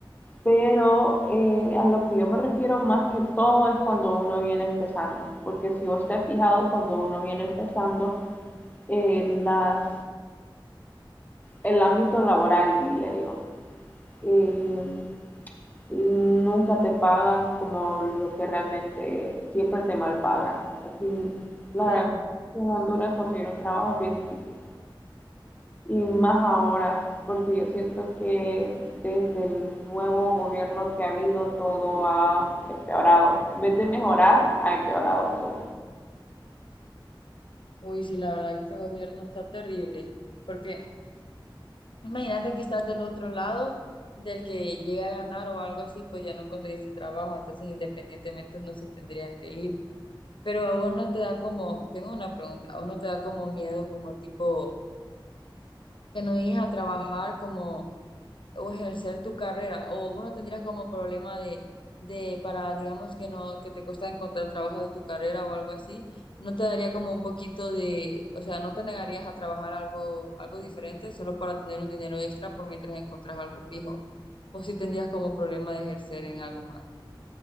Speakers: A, on the left; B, on the left.
A: Pero eh, a lo que yo me refiero más que todo es cuando uno viene empezando, porque si vos te has fijado, cuando uno viene empezando, eh, las, el ámbito laboral, diría yo, eh, nunca te pagan como lo que realmente siempre te mal pagan. Aquí, la
B: Sí,
A: verdad, en Honduras conseguir un trabajo es bien difícil. Y más ahora, porque yo siento que desde el nuevo gobierno que ha habido todo ha empeorado. En vez de mejorar, ha empeorado todo.
B: uy, sí, la verdad que este gobierno está terrible, porque imagínate que estás del otro lado, del que llega a ganar o algo así, pues ya no conseguiste trabajo, entonces independientemente uno se tendría que ir. Pero a vos no te da como, tengo una pregunta, a vos no te da como miedo, como tipo, que no llegues a trabajar, como o ejercer tu carrera, o vos no tendrías como problema de, de para, digamos, que no, que te cuesta encontrar trabajo de tu carrera o algo así, no te daría como un poquito de, o sea, no te negarías a trabajar algo, algo diferente solo para tener un dinero extra por mientras encontrás algo fijo, o si tendrías como problema de ejercer en algo más.